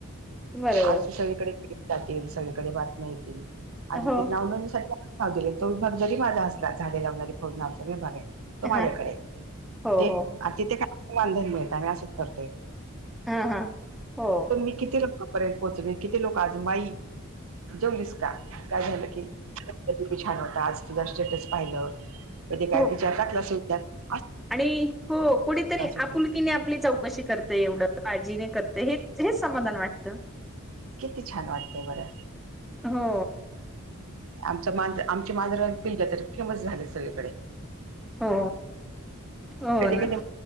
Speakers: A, in the centre; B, on the right.
A: बरोबर
B: आज तर सगळीकडे <unintelligible> जातील सगळीकडे बातम्या येतील. आणि
A: हो
B: ते नावनोंदणीसाठी <unintelligible> तो विभाग जरी माझा असला, झाडे लावणारी फौज नावचा आमचा विभाग आहे. तो
A: हा
B: माझ्याकडे,
A: हो
B: ते
A: हो हो
B: अन तिथे काय वानधन मिळत नाही आम्ही असंच करतोय.
A: हा हा, हो.
B: तुम्ही किती लोकांपर्यंत पोहोचले, किती लोकं आज माई जेवलीस का? काय झालं की, <unintelligible> छान होता, आज तुझा स्टेटस पाहिलं. तर ते काय
A: हो
B: विचारतात <unintelligible>
A: आणि हो कुणीतरी
B: होतील
A: आपुलकीने आपली चव कशी करते एवढं काळजीने करतंय हे हेच समाधान वाटतं.
B: किती छान वाटतंय बरं.
A: हो
B: आमच मांज आमची मांजराची पिल्लं तर फेमस झालेत सगळीकडे.
A: हो हो
B: कधी
A: ना
B: कधी